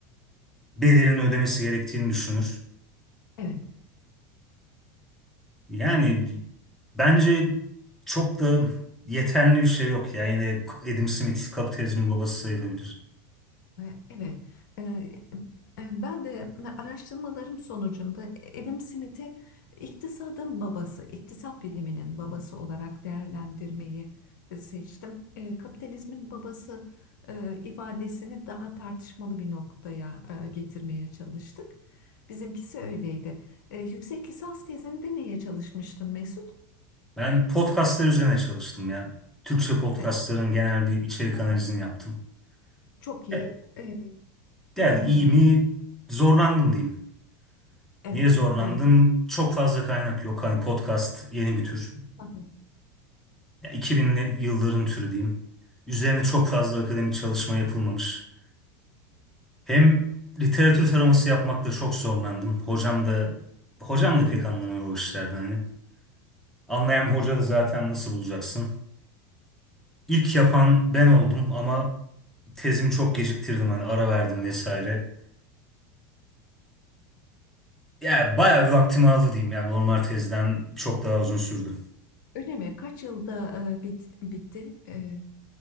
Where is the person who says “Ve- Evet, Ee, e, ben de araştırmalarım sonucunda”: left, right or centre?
Left